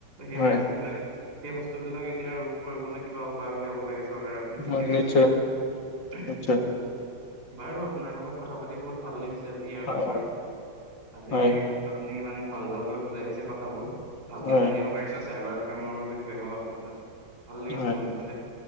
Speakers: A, on the right; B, on the left.
A: সেই
B: হয়,
A: বস্তুবিলাক সেই বস্তুবিলাক এতিয়া ৰোধ কৰিবলৈ কিবা উপায় উলিয়াব লাগে। দৰকাৰ আপুনি ঠিকেই
B: হয়
A: কৈছে
B: নিশ্চয়,
A: উহ
B: নিশ্চয়,
A: উ। বাৰু আপোনাৰ লগত কথা পাতি বহুত ভাল লাগিছে আজি ইয়াৰ
B: হয়,
A: <unintelligible> আজি
B: হয়,
A: আপুনি ইমান ভাল ভালকৈ বুজাই দিছে কথাবোৰ। ভালকে
B: হয়,
A: জানিব পাৰিছো, চাইবাৰ কামৰ বিষয়ে অলপ কথা ভাল লাগিছে
B: হয়।
A: শুনি পেলাই,